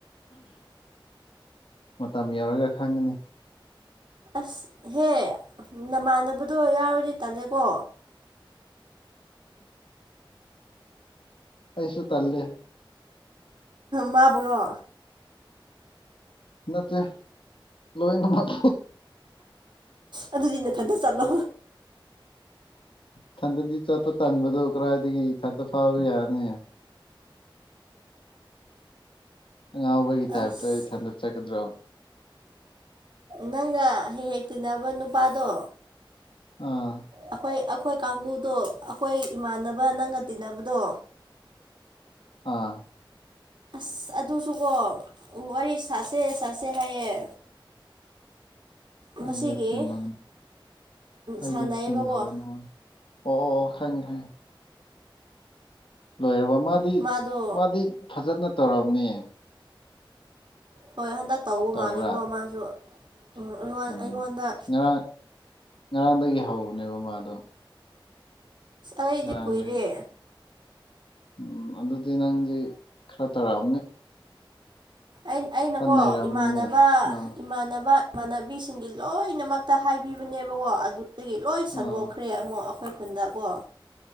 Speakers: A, on the left; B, on the right.
A: ꯃꯇꯝ ꯌꯧꯔꯒ ꯈꯪꯉꯅꯤ
B: ꯑꯁꯍꯦ ꯅꯃꯥꯟꯅꯕꯗꯣ ꯌꯥꯎꯔꯗꯤ ꯇꯜꯂꯦꯀꯣ
A: ꯑꯩꯩꯁꯨ ꯇꯜꯂꯦ
B: ꯃꯥꯕꯨꯔꯣ
A: ꯅꯠꯇꯦ ꯂꯣꯏꯅꯃꯛ
B: ꯑꯗꯨꯗꯤ ꯅꯊꯟꯇ ꯆꯠꯂꯣ
A: ꯊꯟꯗꯗꯤ ꯆꯠꯄ ꯇꯟꯕꯗꯣ ꯀꯗꯥꯏꯗꯒꯤ ꯏꯊꯟꯗ ꯐꯥꯕ ꯌꯥꯅꯤ ꯑꯉꯥꯎꯕꯒꯤ ꯇꯥꯏꯞꯇ
B: ꯑꯁ
A: ꯏꯊꯟꯇ ꯆꯠꯀꯗ꯭ꯔꯣ
B: ꯅꯪꯒ ꯍꯦꯛ ꯍꯦꯛ ꯇꯤꯟꯅꯕ ꯅꯨꯄꯥꯗꯣ
A: ꯑꯥ
B: ꯑꯩꯈꯣꯏ ꯑꯩꯈꯣꯏ ꯀꯥꯡꯕꯨꯗꯣ ꯑꯩꯈꯣꯏ ꯏꯃꯥꯟꯅꯕ ꯅꯪꯒ ꯇꯤꯟꯅꯕꯗꯣ
A: ꯑꯥ
B: ꯑꯁ ꯑꯗꯨꯁꯨꯀꯣ ꯋꯥꯔꯤ ꯁꯥꯁꯦ ꯁꯥꯁꯦ ꯍꯥꯏꯌꯦ
A: <inaudible>
B: ꯉꯁꯤꯒꯤ
A: ꯑꯩꯒ ꯇꯤꯟꯕꯟ ꯑꯩꯒ
B: ꯁꯥꯟꯅꯩꯌꯦꯕꯀꯣ
A: ꯇꯤꯟꯅꯕ ꯅꯣꯏ ꯑꯣ ꯈꯪꯉꯦ ꯈꯪꯉꯦ ꯂꯣꯏꯔꯕ ꯃꯥꯗꯤ
B: ꯃꯥꯗꯣ
A: ꯃꯥꯗꯤ ꯐꯖꯅ ꯇꯧꯔꯝꯅꯤ
B: ꯍꯣꯏ ꯍꯟꯗꯛ ꯇꯧꯕ
A: ꯇꯧꯕ꯭ꯔꯥ
B: ꯃꯥꯜꯂꯦꯀꯣ ꯃꯥꯁꯨ ꯎꯝ
A: ꯎꯝ
B: ꯑꯩꯉꯣꯟꯗ
A: ꯉꯔꯥꯡ ꯉꯔꯥꯡꯗꯒꯤ ꯍꯧꯕꯅꯦꯕ ꯃꯥꯗꯣ
B: ꯑꯩꯗꯤ
A: ꯉꯔꯥꯡꯗꯒꯤ
B: ꯀꯨꯏꯔꯦ
A: ꯎꯝ ꯑꯗꯨꯗꯤ ꯅꯪꯗꯤ ꯈꯔ ꯇꯧꯔꯛꯑꯝꯅꯤ
B: ꯑꯩꯅꯀꯣ
A: ꯅꯩꯔꯝꯃꯅꯤꯅꯦ
B: ꯏꯃꯥꯟꯅꯕ
A: ꯑꯥ
B: ꯏꯃꯥꯟꯅꯕ ꯏꯃꯥꯟꯅꯕꯤꯁꯤꯡꯒꯤ ꯂꯣꯏꯅꯃꯛ ꯍꯥꯏꯕꯤꯕꯅꯦꯕꯀꯣ ꯑꯗꯨꯗꯒꯤ ꯂꯣꯏ ꯁꯟꯗꯣꯛꯈ꯭ꯔꯦ
A: ꯑꯥ
B: ꯑꯃꯨꯛ ꯑꯩꯈꯣꯏ ꯈꯨꯟꯗꯀꯣ